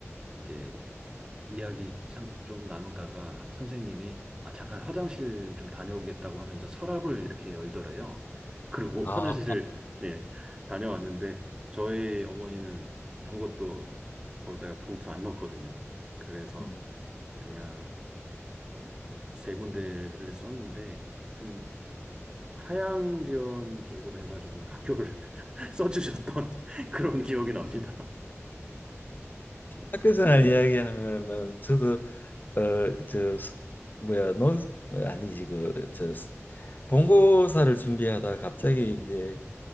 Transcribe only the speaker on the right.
이제 이야기 상- 좀 나누다가 선생님이 아, 잠깐 화장실 좀 다녀오겠다고 하면서 서랍을 이렇게 열더래요. 그리고
<laughs> 화장실을 네, 다녀왔는데 저희 어머니는 아무것도 거기다가 봉투 안 넣었거든요. 그래서
그냥 어, 세 군데를 썼는데 좀 하향지원 쪽으로 해가지고 학교를 <laughs> 써주셨던 <laughs> 그런 기억이 납니다. 네,
네,